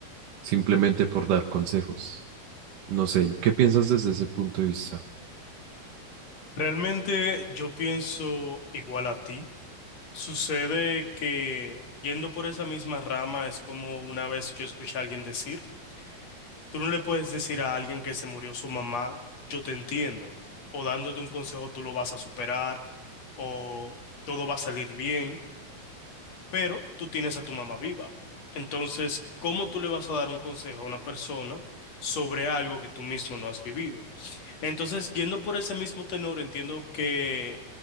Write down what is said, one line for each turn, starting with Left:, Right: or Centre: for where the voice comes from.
Right: simplemente por dar consejos. No sé, ¿qué piensas desde ese punto de vista?
Left: Realmente yo pienso igual a ti. Sucede que yendo por esa misma rama es como una vez yo escuché a alguien decir, tú no le puedes decir a alguien que se murió su mamá, yo te entiendo, o dándote un consejo tú lo vas a superar, o todo va a salir bien, pero tú tienes a tu mamá viva. Entonces, ¿cómo tú le vas a dar un consejo a una persona sobre algo que tú mismo no has vivido? Entonces, yendo por ese mismo tenor, entiendo que